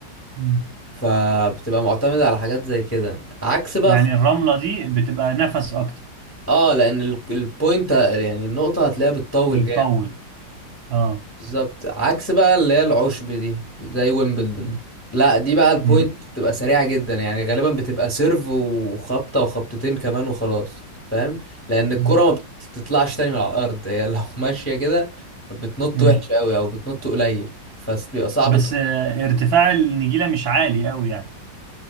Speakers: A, on the right; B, on the left.
A: مم.
B: فبتبقى معتمدة على حاجات زي كده عكس بقى
A: يعني
B: خ-
A: الرملة دي بتبقى نفس اكتر
B: اه لان ال- البوينت يعني النقطة هتلاقيها بتطول
A: بتطول
B: جامد
A: اه
B: بالظبط عكس بقى اللي هي العشب دي زي ويمبلدون
A: مم.
B: لا دي بقى البوينت
A: مم.
B: بتبقى سريعة جدا يعني غالبا بتبقى سيرف وخبطة وخبطتين كمان وخلاص فاهم لان الكرة
A: مم.
B: ما بتطلعش تاني من على الارض هي لو <laughs> ماشية كده بتنط
A: مم.
B: وحش قوي او بتنط قليل فبيبقى صعب
A: بس آه، ارتفاع النجيلة مش عالي قوي يعني